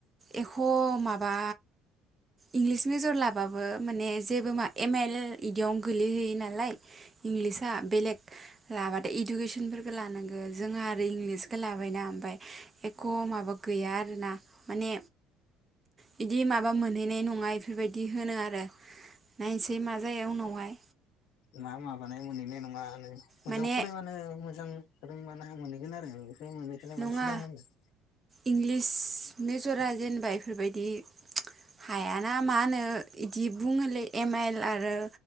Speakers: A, on the right (about 20°); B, on the left (about 75°).
A: एख ख माबा इंलिस मेजर लाबाबो माने जेबो मा एम एल बिदियावनो गोलैहैयो नालाय इंलिसआ बेलेग लाबाथाय इडुकेसनख लानांग जोंहा आरो इंलिसखौ लाबायना ओमफ्राय एख माबा गैया आरोना माने बिदि माबा मोनहैनाय नङा बेफोरबायदि होनो आरो नायसै मा जायो उनावहाय
B: मा माबानाय मोनहैनाय नङा? मोजां
A: माने
B: फरायबानो मोजां रोंबानोहा मोनहैगोन आरो नोंबो <unintelligible>
A: नङा
B: मानो सिनथा खालामदों।
A: इंलिस मेजरा जेनबा इफोरबायदि हायाना मा होनो इदि बुङोलै एम आइल आरो